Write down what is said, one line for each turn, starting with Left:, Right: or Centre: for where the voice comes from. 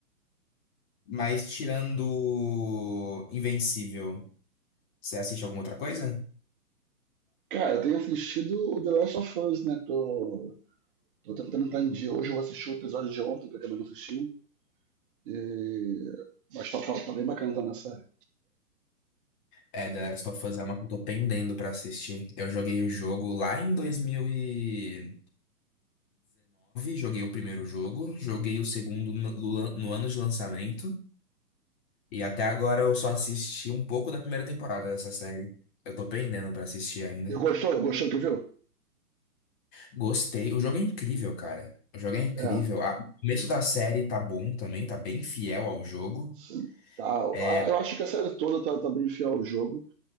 Left: Mas tirando Invencível, você assiste alguma outra coisa?
Right: Cara, eu tenho assistido o The Last of Us, né? Tô Tô tentando entrar em dia. Hoje eu vou assistir o episódio de ontem, que eu acabei não assistindo. E... Mas tá, tá, tá bem bacana também a série.
Left: É, The Last of Us é uma que eu tô pendendo pra assistir. Eu joguei o jogo lá em 2019, joguei o primeiro jogo, joguei o segundo no, no no ano de lançamento, e até agora eu só assisti um pouco da primeira temporada dessa série. Eu tô pendendo pra assistir ainda.
Right: E gostou? Gostou do que viu?
Left: Gostei, o jogo é incrível, cara. O jogo é incrível.
Right: É.
Left: A- O começo da série tá bom também, tá bem fiel ao jogo.
Right: Sim. Tá. A-
Left: É,
Right: Eu acho que a série toda tá, tá bem fiel ao jogo.